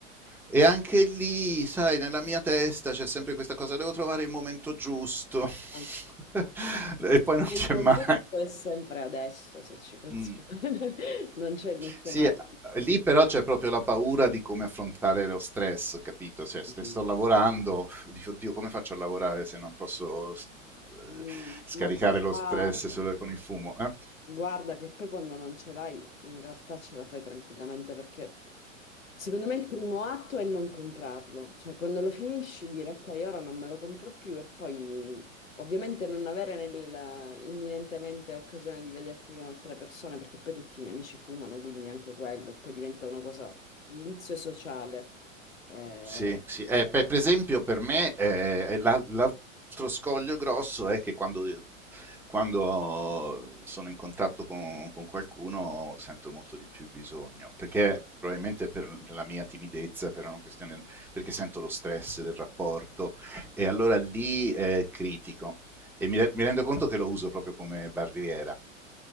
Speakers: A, in the centre; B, on the left.
A: E anche lì, sai, nella mia testa c'è sempre questa cosa, devo trovare il momento giusto <laughs>
B: Al
A: e poi non
B: momento
A: c'è mai.
B: giusto è sempre adesso, se ci pensi
A: Mm.
B: bene, <laughs> non c'è nessun
A: Sì,
B: altro.
A: eh, lì però c'è proprio la paura di come affrontare lo stress, capito? Cioè, se
B: Mm.
A: sto lavorando, dico, oddio, come faccio a lavorare se non posso eh,
B: Mm,
A: scaricare
B: Ma poi,
A: lo
B: guarda,
A: stress solo con il fumo? Eh?
B: Guarda che poi quando non ce l'hai, in realtà ce la fai tranquillamente perché secondo me il primo atto è non comprarlo, cioè quando lo finisci dire ok, ora non me lo compro più e poi ovviamente non avere nel, imminentemente occasione di vederti con altre persone perché poi tutti i miei amici fumano, quindi anche quello, poi diventa una cosa, un vizio sociale. Eh,
A: Sì, sì. Eh, per per esempio per me eh, la- l'altro scoglio grosso è che quando, quando sono in contatto con, con qualcuno sento molto di più bisogno, perché probabilmente per la mia timidezza, per una questione, perché sento lo stress del rapporto e allora lì eh, critico e mi, re- mi rendo conto che lo uso proprio come barriera,